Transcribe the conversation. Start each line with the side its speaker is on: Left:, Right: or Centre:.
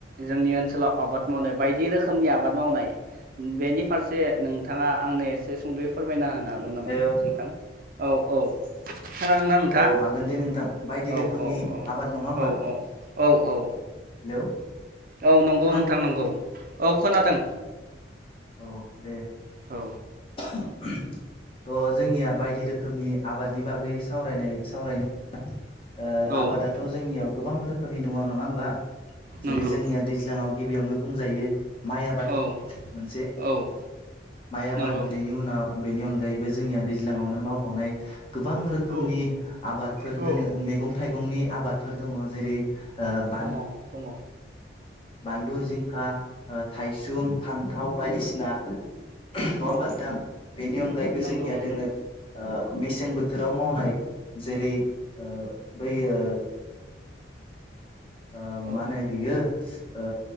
Right: जोंनि ओनसोलाव आबाद मावनाय बायदि रोखोमनि आबाद मावनाय बेनि फारसे नोंथाङा आंनो एसे सुंद'यै फोरमायना होनो हागोन
Left: हेलौ
Right: नामा नोंथां? औ औ खोनादोंना नोंथाङा
Left: औ हागोन दे नोंथां बायदि रोखोमनि
Right: औ औ औ
Left: आबाद नङा होमबा
Right: औ औ औ औ
Left: हेलौ
Right: औ नंगौ
Left: खोनादों
Right: नोंथां नंगौ औ खोनादों।
Left: औ दे।
Right: औ
Left: थ' जोंनिया बायदि रोखोमनि आबादनि बागै सावरायनाय सावरायनि ओ
Right: औ
Left: आबादाथ' जोंनियाव गोबां रोखोमनि दङ नङा ओमबा
Right: नंगौ
Left: जेरै जोंनिया दैज्लांआव गिबियावनो बुंजायो माइ आबाद
Right: औ
Left: मोनसे
Right: औ
Left: माइ आबाद
Right: नंगौ
Left: बेनि उनाव बेनि अनगायैबो जोंनिया दैज्लांआवनो मावबावनाय गोबां रोखोमनि
Right: औ
Left: आबादफोर
Right: औ
Left: दोङो। मेगं थाइगंनि आबादफोर दङ जेरै ओ बानलु
Right: दङ दङ।
Left: बानलु जिंखा ओ थाइसुम फान्थाव बायदिसिना नङा ओमबा
Right: औ
Left: नोंथां बेनि अनगायैबो
Right: नंगौ
Left: जोंनिया
Right: नंगौ
Left: दोङो ओ मेसें बोथोराव मावनाय जेरै ओ बै ओ ओ
Right: औ
Left: मा होनो बियो ओ